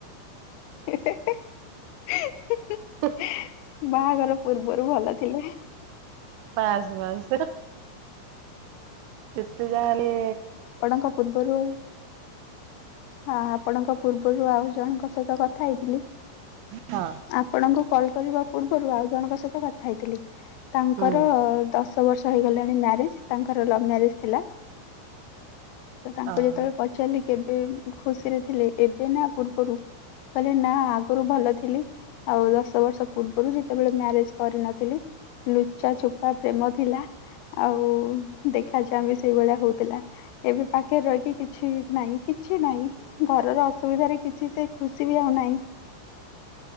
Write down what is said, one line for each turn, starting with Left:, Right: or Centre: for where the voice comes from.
Left: <inaudible>
Right: ହଁ <unintelligible>
Left: ବାହାଘର ପୂର୍ବରୁ ଭଲ ଥିଲେ।
Right: ବାସ୍ ବାସ୍ ଯେତେ ଯାହେଲେ
Left: ଙ୍କ ପୂର୍ବରୁ ହଁ ଆପଣଙ୍କ ପୂର୍ବରୁ ଆଉ ଜଣଙ୍କ ସହିତ କଥା ହେଇଥିଲି
Right: ହଁ
Left: ଆପଣଙ୍କୁ କଲ କରିବା ପୂର୍ବରୁ ଆଉ ଜଣଙ୍କ ସହିତ କଥା ହେଇଥିଲି ତାଙ୍କରଶ
Right: ହୁଁ
Left: ବର୍ଷ ହେଇଗଲାଣି ମ୍ୟାରେଜ ତାଙ୍କର ଲଭ ମ୍ୟାରେଜ ଥିଲା ତ ତାଙ୍କୁ
Right: ଓହୋ
Left: ଯେତେବେଳେ ପଚାରି ଚାଲି କେବେ ଖୁସିରେ ଥିଲେ ଏବେ ନା ପୂର୍ବରୁ କହିଲେ ନା ଆଗରୁ ଭଲ ଥିଲି। ଆଉ ଦଶ ବର୍ଷ ପୂର୍ବରୁ ଯେତେବେଳେ ମ୍ୟାରେଜ କରିନଥିଲି। ଲୁଚାଛୁପା ପ୍ରେମ ଥିଲା ଆଉ ଦେଖ ଦେଖା ଯ ବି ସେଇଭଳିଆ ହଉଥିଲା ଏବେ ପାଖରେ ରହିକି କିଛି ନାହିଁ କି କିଛି ନାହିଁ ଘରର ଅସୁବିଧାରେ କିଛି ସେ ଖୁସି ବି ଆଉ ନାହିଁ।